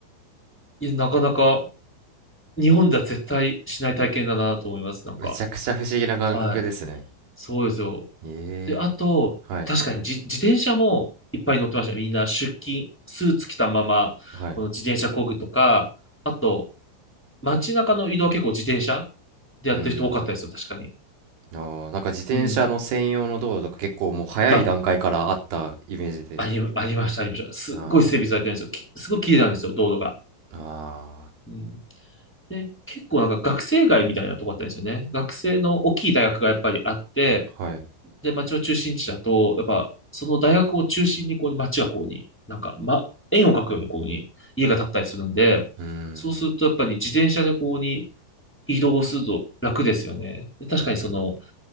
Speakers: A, in the centre; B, on the right.
A: いや、なかなか日本では絶対しない体験だなと思います、なんか。
B: めちゃくちゃ不思議な感覚ですね。
A: はい。そうですよ。
B: ええ。
A: で、あと、
B: はい。
A: 確かにじ自転車もいっぱい乗ってましたみんな出勤、スーツ着たまま、
B: はい。
A: この自転車工ぐとか、あと、街中の移動は結構自転車でやってる人多かったですよ、
B: うーん。
A: 確かに。
B: あーなんか自転車の専用の道路とか結構もう早い段階からあったイメージで。
A: うん。あ、あり、ありました、ありました。すっごい整備されてるんですよ。
B: あ
A: きすごい綺麗なんですよ、道路が。
B: あ、あ
A: うん。で、結構なんか学生街みたいなとこあったんですよね。学生の大きい大学がやっぱりあって、
B: あ、はい。
A: で、町の中心地だと、やっぱ、その大学を中心に、こう、町がこうに、なんか、ま、円を描くように、こうに、家が建ったりするんで、
B: うん、
A: そうすると、やっぱり自転車でこうに移動すると楽ですよね。で確かにその、
B: うん、